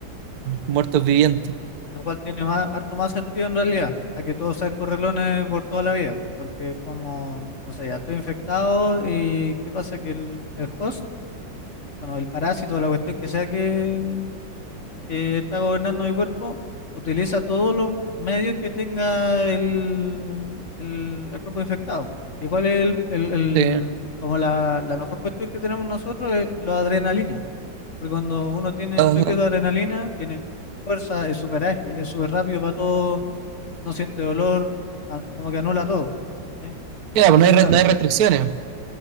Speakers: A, on the right (about 60°); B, on the left (about 45°).
A: Muertos vivientes.
B: Lo cual tiene más, harto más sentido en realidad, a que todos sean correlones por toda la vida, porque es como, no sé, ya estoy infectado y ¿qué pasa? Que el, el host, bueno, el parásito, la cuestión que sea que, que está gobernando mi cuerpo, utiliza todos los medios que tenga el, el, el cuerpo infectado. Igual el, el, el-
A: Sí.
B: como la, la mejor cuestión que tenemos nosotros es la adrenalina, porque cuando uno tiene
A: Ajá.
B: choque de adrenalina, tiene fuerza, es súper ágil, es súper rápido para todo no siente dolor, a- como que anula todo, ¿cachai?
A: Claro,
B: Entonces,
A: pues no hay, re-
B: claro,
A: no hay restricciones.